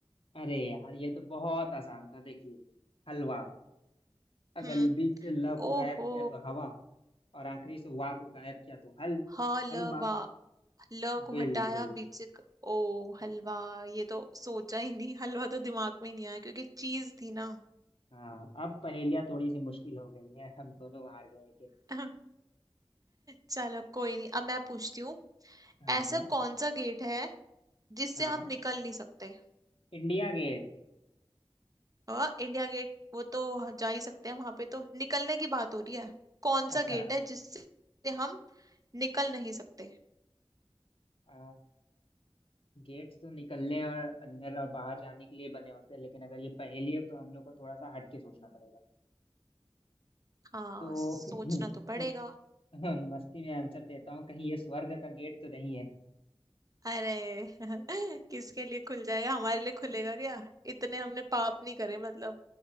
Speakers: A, on the left; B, on the right.
A: अरे यार ये तो बहुत आसान था देखिए हलवा अगर
B: हम्म
A: बीच से ल को
B: ओहो
A: गायब किया तो हवा और आखिरी से वा को गायब किया तो हल
B: हलवा
A: हलवा
B: ल वा, ल को
A: बिल्कुल
B: हटाया बीच से क- ओ हलवा ये तो सोचा ही नहीं हलवा तो दिमाग में ही नहीं आया क्योंकि चीज थी ना
A: हाँ अब पहेलियाँ थोड़ी सी मुश्किल हो गई है हम दोनों हार गए के
B: <laughs> चलो कोई नहीं अब मैं पूछती हूँ
A: हाँ
B: ऐसा
A: हाँ
B: कौन सा गेट है जिससे
A: हाँ
B: हम निकल नहीं सकते
A: इंडिया गेट
B: हाँ इंडिया गेट वो तो जा ही सकते हैं वहां पे तो निकलने की बात हो रही है कौन
A: अच्छा
B: सा गेट है जिससे हम निकल नहीं सकते
A: आ, गेट्स तो निकलने और अंदर और बाहर जाने के लिए बने होते हैं लेकिन अगर ये पहेली है तो हम लोग को थोड़ा सा हट के सोचना पड़ेगा
B: हाँ
A: तो
B: सोचना
A: <laughs> कहीं
B: तो पड़ेगा
A: मस्ती में आंसर देता हूँ कहीं ये स्वर्ग का गेट तो नहीं
B: अरे <laughs> किसके लिए खुल जाएगा हमारे लिए खुलेगा क्या इतने हमने पाप नहीं करे मतलब